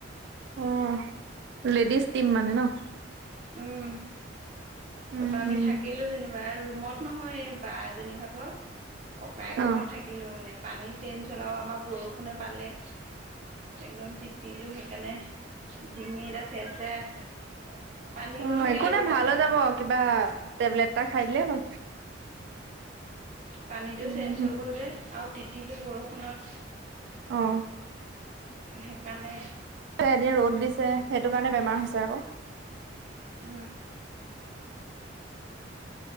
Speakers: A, on the right; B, on the right.
A: অ, লেডিজ টিম মানে ন'?
B: উম। তাৰপা
A: উম,
B: আমি
A: উম,
B: থাকিলো যেনিবা ৰুমত নহয় এই বা এজনী ভাগৰ ককায়েকৰ
A: অ',
B: ঘৰত থাকিল লাকিলো মানে পানী চেঞ্জ হ'ল আৰু আমাৰ বৰষুণে পালে। একদম তিতিলোঁ সেইকাৰণে ডিঙি চে চেৰাই আছে পানীকণো
A: অ', একো
B: গিলিব পৰা
A: ভাল
B: নাই
A: হৈ যাব
B: মই।
A: কিবা টেবলেট এটা খাই দিলে হ'ল।
B: পানীটো
A: উম,
B: চেঞ্জ হৈ গ'ল যে আৰু তিতিলোঁ বৰষুণত।
A: অ।
B: সেইকাৰণে
A: এদিন ৰ'দ দিছে সেইটো কাৰণে বেমাৰ হৈছে আকৌ
B: উ